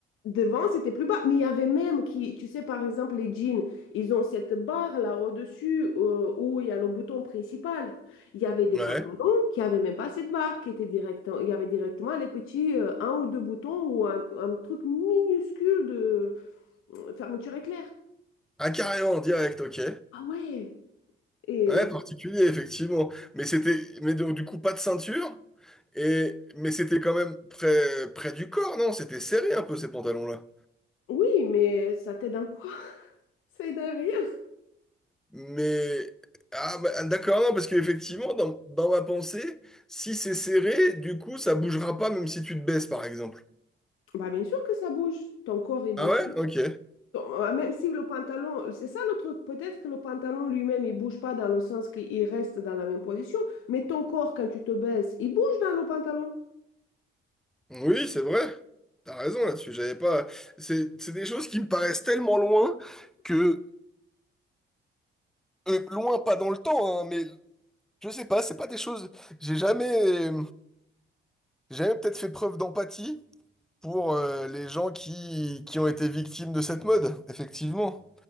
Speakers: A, on the left; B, in the centre.
A: Devant, c'était plus bas, mais il y avait même qui, tu sais, par exemple, les jeans, ils ont cette barre là au-dessus euh, où il y a le bouton principal. Il y avait des
B: Ouais.
A: pantalons qui avaient même pas cette barre, qui était direct, il y avait directement les petits euh, un ou deux boutons ou un, un truc minuscule de euh, fermeture éclair.
B: Ah, carrément, en direct, ok.
A: Ah ouais! Et
B: Ouais, particulier, effectivement. Mais c'était, mais donc, du coup, pas de ceinture. Et... Mais c'était quand même près... près du corps, non? C'était serré un peu ces pantalons-là.
A: oui, mais ça t'aide en quoi? <laughs> Ça aide en rien.
B: Mais. Ah, bah, d'accord, non, parce qu'effectivement, dans... dans ma pensée, si c'est serré, du coup, ça bougera pas même si tu te baisses, par exemple.
A: Bah bien sûr que ça bouge. Ton corps, il
B: Ah
A: bouge.
B: ouais? Ok.
A: Donc, euh, Même si le pantalon, c'est ça le truc, peut-être que le pantalon lui-même, il bouge pas dans le sens qu'il reste dans la même position, mais ton corps, quand tu te baisses, il bouge dans le pantalon.
B: Oui, c'est vrai. T'as raison là-dessus, j'avais pas. C'est c'est des choses qui me paraissent tellement loin que. euh, loin, pas dans le temps, hein, mais je sais pas, c'est pas des choses. J'ai jamais. J'ai jamais peut-être fait preuve d'empathie pour euh, les gens qui... qui ont été victimes de cette mode, effectivement.